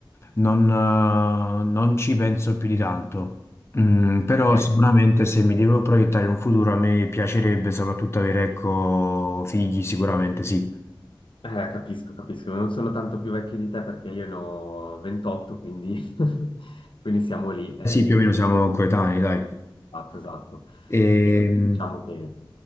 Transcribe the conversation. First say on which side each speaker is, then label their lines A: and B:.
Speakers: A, on the left; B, on the left.
A: non, eh, non ci penso più di tanto. Mm, però
B: Ecco.
A: sicuramente se mi devo proiettare in un futuro a me piacerebbe soprattutto avere, ecco, figli, sicuramente sì.
B: Eh, capisco, capisco. Non sono tanto più vecchio di te perché io ne ho 28, quindi, <laughs> quindi siamo lì. eh,
A: Sì, più o meno siamo coetanei, dai.
B: Esatto, esatto.
A: Ehm,
B: E quindi diciamo che...